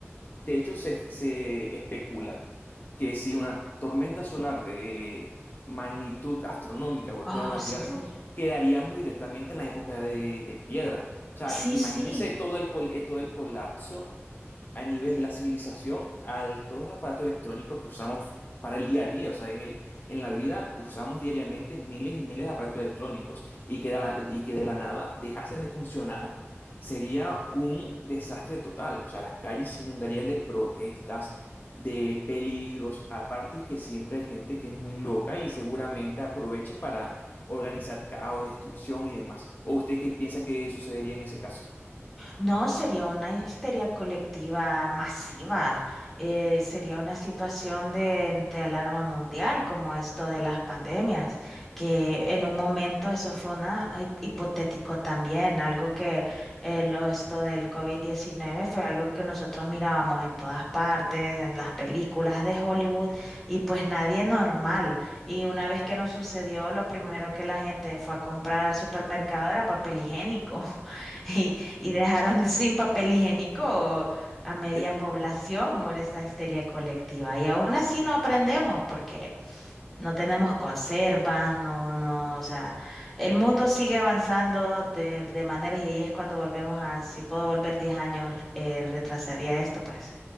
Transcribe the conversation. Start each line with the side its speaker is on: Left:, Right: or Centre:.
Left: De hecho, se, se especula que si una tormenta solar de magnitud astronómica golpeara
Centre: Oh,
Left: la
Centre: sí,
Left: Tierra,
Centre: sí.
Left: quedaríamos directamente en la época de, de piedra. O sea,
Centre: Sí,
Left: imagínese
Centre: sí.
Left: todo el, col- eh, todo el colapso a nivel de la civilización al todos los aparatos electrónicos que usamos para el día a día. O sea, en el, en la vida usamos diariamente miles y miles de aparatos electrónicos y que de la, y que de la nada dejasen de funcionar. Sería un desastre total. O sea, las calles se inundarían de protestas, de peligros. Aparte que siempre hay gente que es muy loca y seguramente aproveche para organizar caos, destrucción y demás. ¿O usted qué piensa que sucedería en ese caso?
Centre: No, sería una histeria colectiva masiva, eh, sería una situación de, de alarma mundial como esto de las pandemias, que en un momento eso fue una hi- hipotético también, algo que eh, lo, esto del covid diecinueve fue algo que nosotros mirábamos en todas partes, en las películas de Hollywood, y pues nadie normal. Y una vez que nos sucedió, lo primero que la gente fue a comprar al supermercado era papel higiénico. <laughs> Y, y dejaron <laughs> sin papel higiénico a media
Left: <laughs>
Centre: población por esta histeria colectiva. Y aún así no aprendemos porque no tenemos conservas, no, no, o sea, el mundo sigue avanzando de, de maneras y ahí es cuando volvemos a, si puedo volver 10 años, eh, retrasaría esto, pues